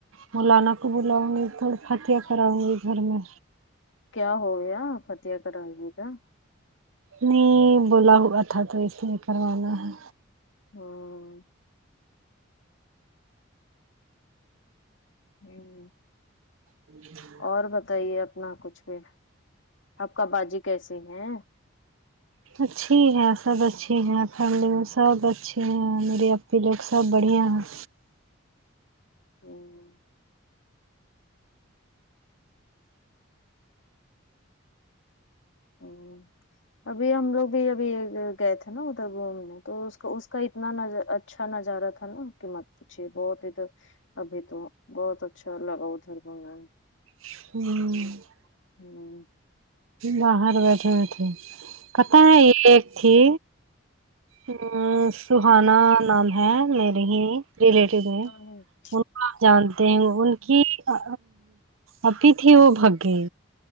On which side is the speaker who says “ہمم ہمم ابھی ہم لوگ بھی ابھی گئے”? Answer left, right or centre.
Left